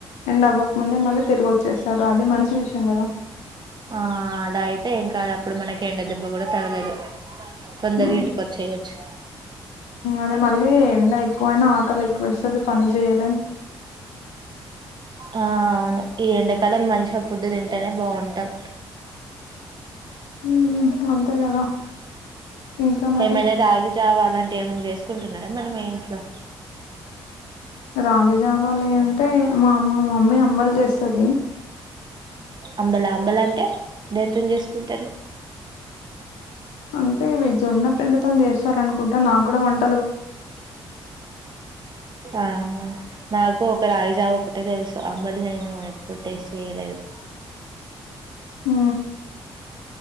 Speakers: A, on the left; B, on the right.
A: అండ్ అవ్వక ముందే మళ్ళీ తిరిగి వచ్చేస్తారు అది మంచి విషయం కదా
B: ఆ అలా అయితే ఏం కాదు అప్పుడు మనకి ఎండ దెబ్బ కూడా తగలేదు తొందర
A: మ్మ్
B: ఇంటికి వచ్చేయొచ్చు
A: అదే మళ్ళీ ఎండ ఎక్కువైనా ఆకలి ఎక్కువ వస్తుంది పని చేయా
B: ఆ అవును ఈ ఎండాకాలం మంచి ఫుడ్ తింటేనే బాగుంటాం
A: మ్మ్ అంతే కదా ఇంకా మరి
B: ఏ రాగి జావా అలా ఏమైనా చేసుకుంటున్నారా మన మీ ఇంట్లో
A: రాగి జావాలి అంటే మా అమ్మ మమ్మీ అంబలి చేస్తుది
B: అంబలా అంబలా అంటే దీంతోనే చేసుకుంటారు
A: అంటే జొన్న పిండితో చేస్తారు అనుకుంటే నాకు కూడా వంట
B: ఆహా నాకు ఒక రాగి జావా ఒకటే తెలుసు అంబలి నేను ఎప్పుడు టేస్ట్ చేయలేదు
A: ఉ